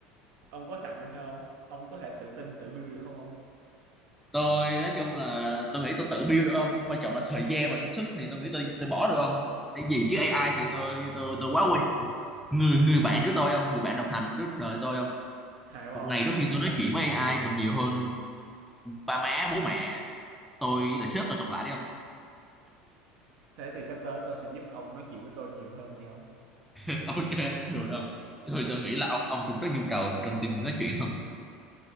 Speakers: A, on the right (about 70°); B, in the centre.
A: Ông có sẵn rồi không? Ông có thể tự tin tự build được không ông?
B: tôi nói chung là tôi nghĩ tôi tự build được không quan trọng là thời gian và công sức thì tôi nghĩ tôi tôi bỏ được không cái gì chứ AI thì tôi tôi tôi quá quen người người bạn của tôi không người bạn đồng hành suốt đời tôi không
A: Hay không?
B: một
A: ông?
B: ngày đôi khi tôi nói chuyện với AI còn nhiều hơn ba má bố mẹ tôi là sếp tôi cộng lại đấy không
A: Thế thì sắp tới tôi sẽ giúp ông nói chuyện với tôi nhiều hơn nhau.
B: <laughs> ok được không tôi tôi nghĩ là ông ông cũng có nhu cầu trong team người nói chuyện không